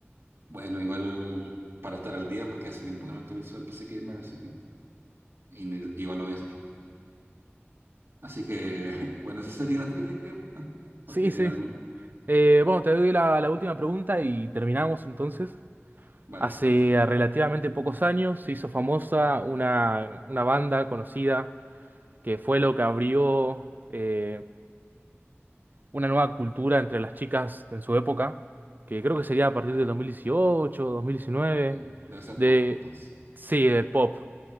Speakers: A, on the right; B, on the right.
A: Bueno, igual para estar al día, porque hace tiempo que no actualizo el PC Gamer, así que y ni- igual lo voy a hacer. Así que, <laughs> bueno, esa sería la trivia, creo.
B: Sí,
A: ¿O te
B: sí.
A: queda alguna?
B: Eh, bueno, te doy la, la última pregunta y terminamos entonces.
A: Vale,
B: Hace
A: para cerrar.
B: relativamente pocos años se hizo famosa una, una banda conocida que fue lo que abrió eh, una nueva cultura entre las chicas en su época, que creo que
A: Ujú.
B: sería a partir del 2018, 2019,
A: Ya, Debe ser
B: de...
A: pop, entonces.
B: Sí, del pop.